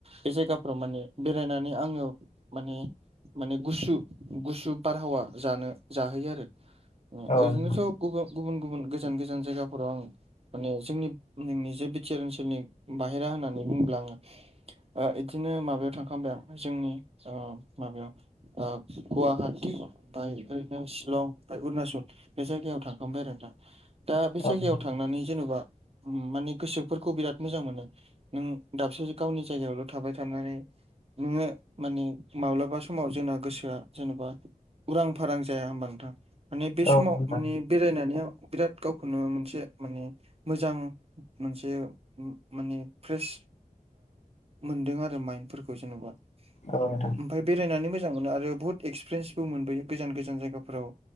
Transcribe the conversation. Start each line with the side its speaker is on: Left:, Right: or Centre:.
Right: बे जायगाफ्राव माने बेरायनानै आंङो माने माने गुसु गुसु बारहावा जानो जाहोयो आरो
Left: औ
Right: ओरैनोथ'
Left: नोंथां
Right: गुबुन गुबुन गुबुन गोजान गोजान जायगाफोराव आं माने जोंनि नोंनि जे बिटिआ ओनसोलनि बाहेरा होननानै बुंङोब्ला आंङो ओ बिदिनो माबायाव थांखबाय आं जोंनि माबायाव गुवाहाटि ओमफ्राय ओरैनो शिलं अरुणनाचल बे जायगायाव थांखांबाय आरो नों दा दा बे
Left: औ
Right: जायगायाव
Left: नोंथां
Right: थां थांनानै जेन'बा माने गोसोफोरखौ बिराद मोजां मोनो। नों दाबसे गावनि जायगायावल' थाबाय थानानै नोङो माने माब्लाबा समाव जोंना गोसोआ जेनेबा उरां फारां जाया होमबा नोंथां माने बे समाव
Left: औ नोंथां
Right: माने बेरायनानै बिराद गावखौनो मोनसे माने मोजां मोनसे माने फ्रेस मोनदों आरो माइनफोरखौ जेन'बा।
Left: औ नोंथां।
Right: ओमफ्राय बेरायनानै मोजां मोनो आरो बुहुत एक्सपिरियेन्सबो मोनबोयो गोजान गोजान जायगाफोराव